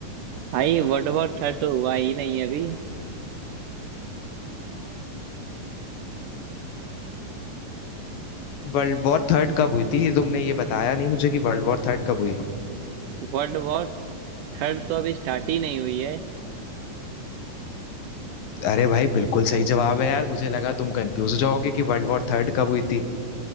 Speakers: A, on the right; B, on the left.
A: भाई वर्ल्ड वॉर थर्ड तो हुआ ही नहीं अभी
B: वर्ल्ड वॉर थर्ड कब हुई थी तुमने ये बताया नहीं मुझे कि वर्ल्ड वॉर थर्ड कब हुई
A: वर्ल्ड वॉर थर्ड तो अभी स्टार्ट ही नहीं हुई है
B: अरे भाई बिल्कुल सही जवाब है यार मुझे लगा तुम कंफ्यूज हो जाओगे कि वर्ल्ड वॉर थर्ड कब हुई थी